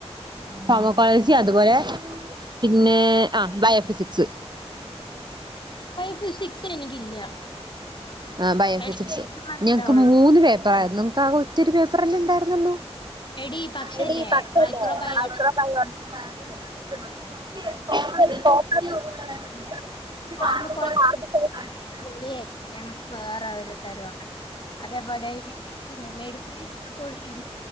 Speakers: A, on the right; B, on the left.
A: ഫാർമകോളജി അതുപോലെ പിന്നെ ആ ബയോഫിസിക്സ്
B: ബയോ ഫിസിക്സ് എനിക്കില്ല
A: ആ ബയോഫിസിക്സ്
B: എനിക്ക് മനസ്സിലാവുള്ളു
A: ഞങ്ങക്ക് മൂന്ന് പേപ്പറായിരുന്നു നിങ്ങക്ക് ആകെ ഒറ്റൊരു പേപ്പറല്ലേ ഉണ്ടായിരുന്നോളൂ
B: എടി പക്ഷല്ലേ
A: എടി <unintelligible>
B: മൈക്രോ ബയോളജി
A: <inaudible> <unintelligible>
B: ഫാർമക്കോളജി പൊളിയായിരുന്നു ഞങ്ങൾക്ക് വേറെ <unintelligible> അതേപോലെ <unintelligible> മെഡിസിൻ <unintelligible>